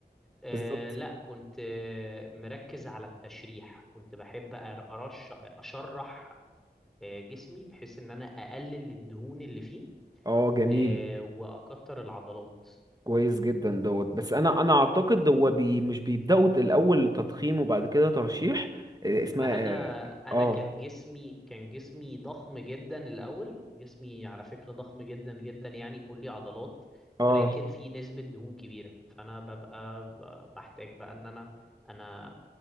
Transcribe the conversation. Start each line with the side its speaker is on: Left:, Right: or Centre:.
Centre: آه،
Right: بالظبط
Centre: لا كنت آه، مركز على التشريح كنت بحب أر- أرش أشرح آه، جسمي بحيث إن أنا أقلل الدهون اللي فيه
Right: اه جميل
Centre: آه، وأكتر العضلات
Right: كويس جدا دوت بس انا انا اعتقد هو بي مش بيبداوا ت- الاول تضخيم وبعد كده ترشيح إيه اسمها
Centre: ما انا انا
Right: اه
Centre: كان جسمي كان جسمي ضخم جدا الاول جسمي على فكره ضخم جدا جدا يعني كلي عضلات
Right: اه
Centre: ولكن في نسبه دهون كبيره فانا ببقى ب- بحتاج بقى ان انا انا